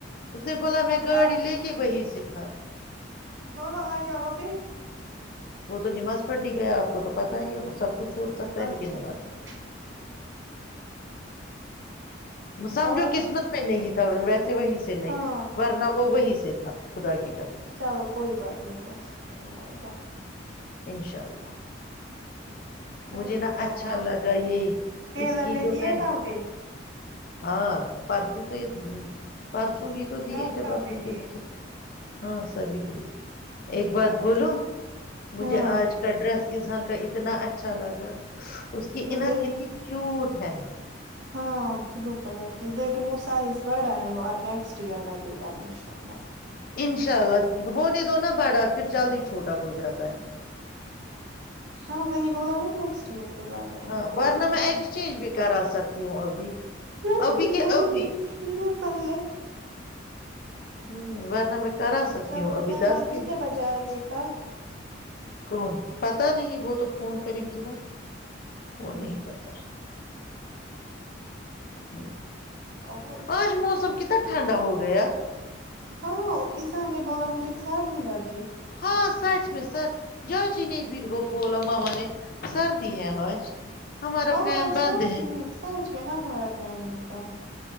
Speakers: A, on the left (about 50°); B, on the right (about 70°).
A: اس نے بولا میں گاڑی
B: آپ
A: لے کے بہ س سھا
B: بولو آجاؤ ابھی
A: وہ تو نماز پڑھ نے گیا آپ کو تو پتا ہی ہے وہ سب کچھ چھوڈ سکتا ہے لیکن
B: اچھا
A: نماز
B: ٹھیک
A: نہی ا سمجھو
B: اور
A: قسمت میں نہیں تھا تو سے وہیں سے لیں
B: ہاں
A: ورنہ وہ وہی سے تھا خداکی
B: چلو کوئی بات نہیں نیکسٹ ٹائم آئے گا
A: انشاء اللہ مجھے
B: اور
A: نا
B: بتاؤ
A: اچھا
B: آپ
A: لگا یہ
B: ٹیلر
A: اس کی جو
B: دیے
A: میں نے
B: کپڑے
A: ہاں پرسوں سے پرسو تووہی تو
B: سب
A: دیے جب
B: کپڑے
A: آپ نے
B: دیے
A: دیکھے ہاں سبھی ت ایک بات
B: چلو
A: بولو
B: ٹھیک
A: مجھے
B: ہاں
A: آج کا ڈریس اظان کا اتنا اچھا اچھا لگا اس کی انر
B: دیکھ
A: کتنی کیوٹ ہے
B: ہاں بلو کلر کی لیکن وہ سائز بڑا ہے وہ نیکسٹ ایئر لگے گا انشاء اللہ
A: انشاء اللہ ہونے دو نا بڑا پھر جلد ہی چھوٹا ہو جاتا ہے
B: ہاں وہی بولا نا نیکسٹ ایئر پھر لگائیں
A: ہاں
B: گے
A: وورن
B: کوئی بات
A: میں
B: نہیں
A: ایکسچینج بیک کرا سکتے ہوں ابھی
B: نہیں
A: ابھی کہ ابھی
B: دیکھنا پہلے
A: ہوں وار ن میں کرا سکتی
B: چلو
A: ہوں
B: وہ
A: ابھی
B: پمان
A: دس دن
B: کتنے بجے آئیں گے کل
A: کون پتا نہیں وہ تو فون کریں گی نا وہ نہیں پتا ہ
B: اور
A: آج موسم کتنا ٹھنڈا ہو گیا
B: <unintelligible> انسان نے بولا مجھے سردی لگ گی
A: <unintelligible>
B: ہاں
A: فین بند
B: سرتی
A: ہے
B: ہیں سچ میں ہمارا فین بند